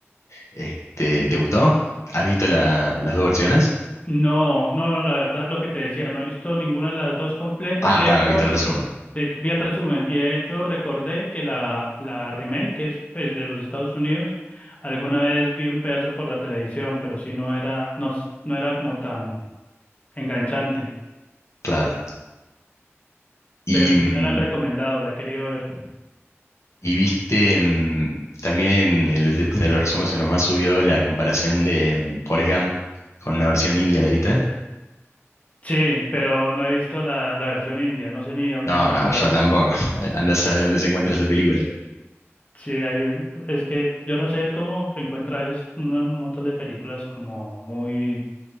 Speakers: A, on the left; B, on the left.
A: Este, ¿te gustó? ¿Has visto la- las dos versiones?
B: No, no, no, la verdad, lo que te decía, no he visto ninguna de las dos completas.
A: Ah,
B: De
A: claro,
B: hecho,
A: viste el resumen,
B: De hecho, vi el resumen y de hecho recordé que la, la remake, que es pues, de los Estados Unidos, alguna vez vi un pedazo por la televisión, pero sí no era, no, s- no era como tan enganchante.
A: claro. Y,
B: Pero
A: mm,
B: sí me la han recomendado, la he querido ver.
A: y viste, mm, también en el, de los resúmenes nomás subió la comparación de mm, Forrest Gump con una versión india, ¿la viste?
B: Sí, pero no he visto la, la versión india, no sé ni dónde
A: No,
B: encontrarla.
A: no, yo tampoco. <laughs> Anda a saber dónde se encuentra esa película.
B: Sí, hay, un- es que yo no sé el cómo encuentra a veces un, un montón de películas como muy